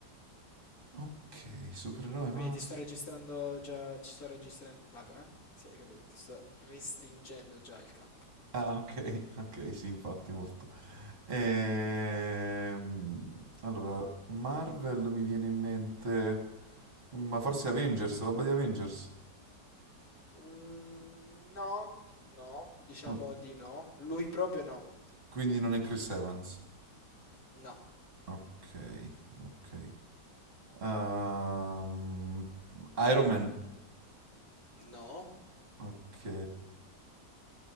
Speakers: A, on the right; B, on the left.
A: Ok, supereroe
B: Quindi
A: Marvel.
B: ti sto registrando già... Ci sto registrando... Vabbè, eh. Sì, hai capito. Ti sto restringendo già il campo.
A: Ah, ok, <laughs> ok, sì, infatti molto. Ehm, allora, Marvel mi viene in mente, ma forse Avengers, roba di Avengers.
B: Mm, no, no. Diciamo
A: Oh,
B: di no. Lui proprio no.
A: Quindi non è Chris Evans.
B: No.
A: Ok, ok. Ehm, Iron Man.
B: No.
A: Ok.